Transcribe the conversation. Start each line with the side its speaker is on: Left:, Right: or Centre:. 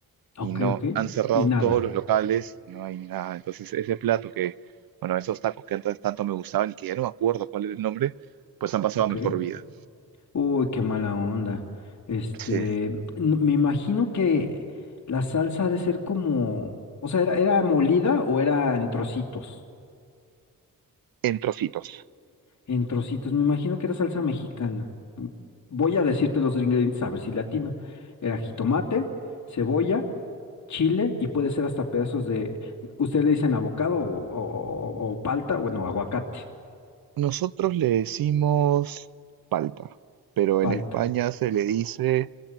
Left: ok,
Right: y no,
Left: ok.
Right: han cerrado
Left: Y nada.
Right: todos los locales, no hay nada. Entonces ese plato que, bueno, esos tacos que antes tanto me gustaban y que ya no me acuerdo cuál era el nombre, pues han pasado
Left: Ok.
Right: a mejor vida.
Left: Uy, qué mala onda. Este,
Right: Sí,
Left: n- me imagino que la salsa ha de ser como, o sea, ¿era, era molida o era en trocitos?
Right: en trocitos.
Left: En trocitos, me imagino que era salsa mexicana. Mm, Voy a decirte los ingredientes a ver si latino. Era jitomate, cebolla, chile y puede ser hasta pedazos de, ustedes le dicen abocado o, o o- o palta, bueno, aguacate,
Right: Nosotros le decimos palta, pero en
Left: palta,
Right: España se le dice